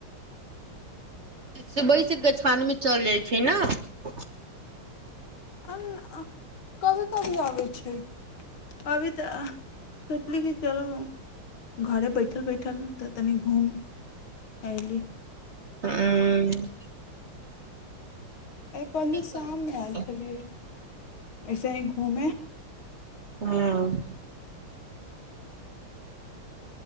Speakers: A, on the right; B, on the left.
A: सुबहि सँ गछवानि मे चलि जाइ छिये ने
B: अ कभी कभी आबै छै अवि त सोचली कि चलो घरे बैठल बैठल तऽ तनि घूम अयली
A: हूं
B: त कहलले शाममे
A: करै छी
B: आयल छलियै ऐसे ही घूमे
A: हँ